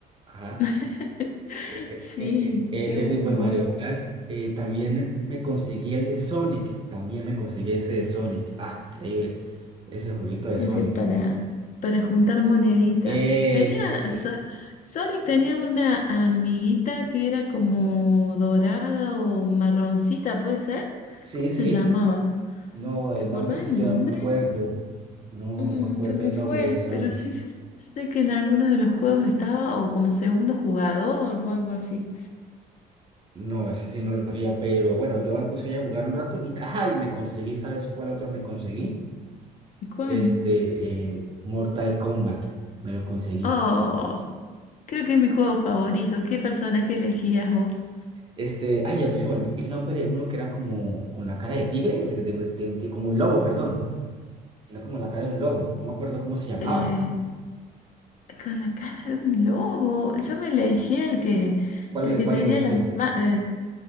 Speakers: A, on the right (about 30°); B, on the left (about 50°).
A: Ajá.
B: <laughs>
A: E-
B: Sí,
A: e- e- e-
B: qué
A: ese
B: buen
A: tipo
B: juego.
A: de Mario Kart. Eh, también me conseguí el de Sonic. También me conseguí ese de Sonic. Ah, increíble. Ese juguito de
B: Ese
A: Sonic.
B: para, para juntar moneditas.
A: Es,
B: Tenía,
A: eh,
B: So- Sonic tenía una amiguita que era como dorada o marroncita, ¿puede ser?
A: sí,
B: ¿Cómo se
A: sí.
B: llamaba?
A: No,
B: ¿Te
A: el
B: acordás
A: nombre sí
B: el
A: yo
B: nombre?
A: no me acuerdo. No,
B: Mm,
A: no me acuerdo
B: se me
A: el
B: fue,
A: nombre de Sonic.
B: pero sí s- sé que en alguno de los juegos estaba o como segundo jugador o algo así.
A: No, ese sí no lo sabía, pero bueno, yo me puse ahí a jugar un rato y, ajá, y me conseguí, ¿sabes cuál otro me conseguí?
B: ¿Y cuál?
A: Este, eh, Mortal Kombat, me lo conseguí.
B: Oh, creo que es mi juego favorito. ¿Qué personaje elegías vos?
A: Este, ay, a mí se me olvidó el nombre, uno que era como con la cara de tigre, de, de un ti- como un lobo, perdón. Era como la cara de un lobo, no me acuerdo cómo se llamaba.
B: Eh, Con la cara de un lobo. Yo me elegí el que,
A: ¿Cuál,
B: el que
A: cuál
B: tenía
A: elegías
B: la
A: tú?
B: ma- eh,